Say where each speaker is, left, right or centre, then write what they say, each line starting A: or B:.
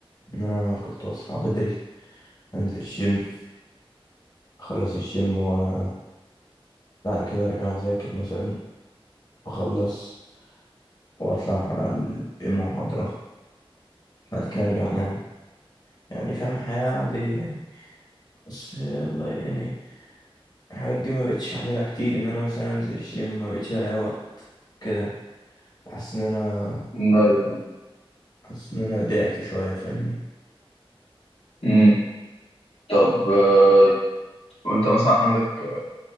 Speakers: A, on the left (about 40°); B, on the left (about 80°).
A: ان انا كنت بصحى بدري انزل الجيم اخلص الجيم وبعد كده ارجع اذاكر مثلا واخلص واطلع على المحاضرة بعد كده ارجع انام يعني فاهم حياة عادية بس والله يعني الحاجات دي ما بقتش اعملها كتير ان انا مثلا انزل الجيم ما بقتش الاقي وقت كده حاسس ان انا
B: أيوة.
A: حاسس ان انا ضعت شويه فاهمني
B: أمم. طب آه، وأنت مثلا عندك